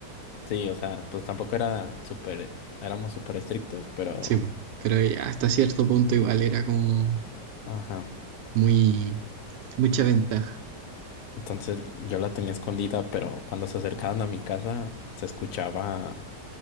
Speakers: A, on the left; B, on the right.
A: Sí, o sea, pues tampoco era súper, éramos súper estrictos, pero...
B: Sí, po, pero hasta cierto punto igual era como
A: Ajá.
B: muy mucha ventaja.
A: Entonces yo la tenía escondida, pero cuando se acercaban a mi casa se escuchaba,